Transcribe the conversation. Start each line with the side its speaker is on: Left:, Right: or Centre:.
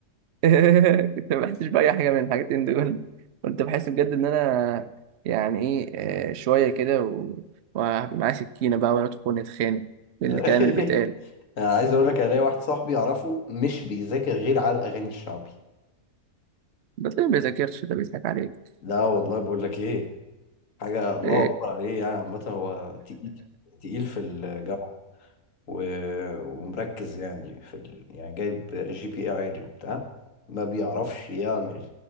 Right: <laughs> كنت ما بحسش باي حاجه من الحاجتين دول كنت بحس بجد ان انا يعني ايه آه، شويه كده و- وهبقى معايا سكينه بقى وندخل نتخانق بالكلام
Left: <laughs>
Right: اللي بيتقال <laughs>
Left: أنا عايز أقول لك أنا ليا واحد صاحبي أعرفه مش بيذاكر غير على الأغاني الشعبي
Right: ده تلاقيه ما بيذاكرش ده بيضحك عليك
Left: لا والله بقول لك ايه حاجة الله
Right: <laughs> إيه.
Left: أكبر عليه يعني عامة هو تقيل تقيل في الجامعة و... ومركز يعني في ال... يعني جايب جي بي اي عالي وبتاع ما بيعرفش يعمل